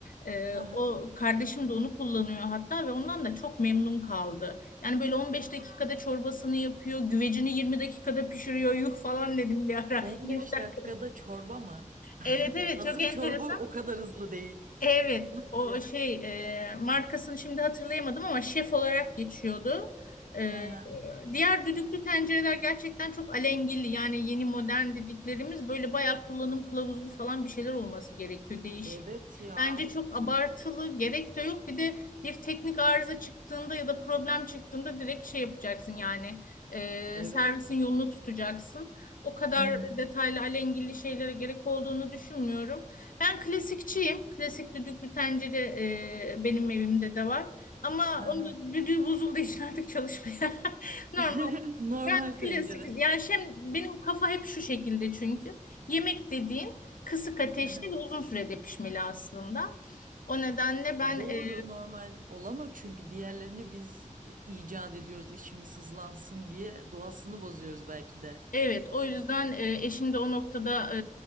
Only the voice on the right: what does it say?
<laughs>
15
dakikada çorba mı? <laughs>
Hazır
çorba o kadar hızlı değil.
Nasıl
ya?
Hı hı.
Evet ya.
Evet.
Hı hı.
Hı
hı.
<laughs> Normal
tencere.
Hı hı.
E doğru
normal olan o çünkü diğerlerini biz icat ediyoruz işimiz hızlansın diye doğasını bozuyoruz belki de.